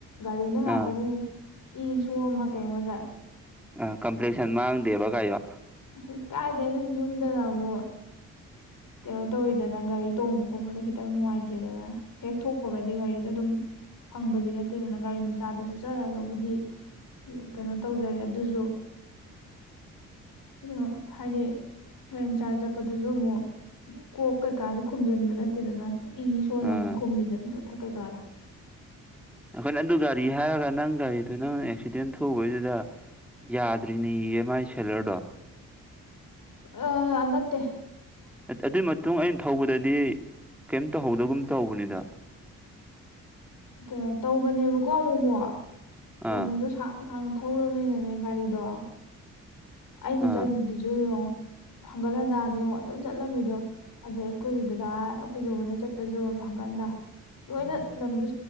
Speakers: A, on the left (about 55°); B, in the centre.
A: ꯒꯥꯔꯤꯅ ꯉꯥꯛꯇꯅꯦ
B: ꯑꯥ
A: ꯏ ꯁꯣ ꯑꯃ ꯀꯩ ꯑꯃꯗ
B: ꯑ ꯀꯝꯄ꯭ꯂꯂꯤꯀꯦꯁꯟ ꯃꯥꯡꯗꯦꯕ ꯀꯥꯏꯣ
A: ꯑꯁ ꯀꯥꯏꯗꯅꯣ ꯌꯨꯝꯗꯅ ꯑꯃꯨꯛ ꯀꯩꯅꯣ ꯇꯧꯔꯤꯤꯗꯅ ꯒꯥꯔꯤ ꯇꯣꯡꯕ ꯈꯣꯠꯄꯗꯣ ꯈꯤꯇꯪ ꯅꯨꯡꯉꯥꯏꯇꯦꯗꯅ ꯍꯦꯛ ꯊꯣꯛꯄꯒꯗꯤ ꯒꯥꯔꯤꯗꯣ ꯑꯗꯨꯝ ꯐꯪꯕꯗꯤ ꯅꯠꯇꯦꯗꯅ ꯒꯥꯔꯤ ꯃꯆꯥꯗ ꯆꯠꯆꯔꯒꯕꯨꯗꯤ ꯀꯩꯅꯣ ꯇꯧꯖꯔꯦ ꯑꯗꯨꯁꯨ ꯀꯩꯅꯣ ꯍꯥꯏꯗꯤ ꯒꯥꯔꯤ ꯃꯆꯥꯗ ꯆꯠꯄꯗꯨꯁꯨ ꯑꯃꯨꯛ ꯀꯣꯛ ꯀꯩꯀꯥꯗꯣ ꯈꯨꯝꯖꯤꯟꯕ ꯅꯠꯇꯦꯗꯅ ꯏꯗꯤ ꯁꯣꯟꯅ
B: ꯑꯥ
A: ꯑꯃꯨꯛ ꯈꯨꯝꯕꯤꯗ ꯊꯀ ꯀꯥꯗ
B: ꯑꯩꯈꯣꯏꯅꯪ ꯑꯗꯨ ꯒꯥꯔꯤ ꯍꯥꯏꯔꯒ ꯅꯪ ꯒꯥꯔꯤꯗꯨꯣ ꯅꯪ ꯑꯦꯛꯁꯤꯗꯦꯟ ꯊꯣꯛꯧꯕꯩꯗꯨꯗ ꯌꯥꯗ꯭ꯔꯤꯅꯦ ꯏ ꯑꯦꯝ ꯑꯥꯏ ꯁꯦꯂꯔꯗꯣ
A: ꯑ ꯑꯅꯠꯇꯦ
B: ꯑꯗꯨꯏ ꯃꯇꯨꯡ ꯑꯩꯅ ꯊꯧꯕꯗꯗꯤ ꯗꯤ ꯀꯩ ꯇꯧꯍꯧꯗꯒ ꯇꯧꯕꯅꯤꯗ
A: ꯑ ꯇꯧꯕꯅꯦꯕꯀꯣ ꯑꯃꯨꯛꯃꯛ ꯂꯝꯗꯣꯥꯡ
B: ꯑꯥ
A: ꯁꯥꯡꯉ ꯊꯧꯔꯔꯕꯅꯤꯅꯅꯦ ꯒꯥꯔꯤꯗꯣ ꯑꯩꯅ
B: ꯑꯥ
A: ꯆꯠꯂꯤꯗꯨꯁꯨꯨꯣ ꯍꯪꯒꯠ ꯍꯟꯗꯥꯅꯤꯉ ꯑꯗꯨꯝ ꯆꯠꯂꯝꯃꯤꯗꯣ ꯑꯗꯩ ꯑꯩꯈꯣꯏ ꯗꯗꯥ ꯑꯩꯈꯣꯏꯁꯨꯕꯅ ꯆꯠꯄꯁꯨ ꯑꯗꯨ ꯍꯪꯀꯥꯟꯗ ꯂꯣꯏꯅ ꯂꯝꯗ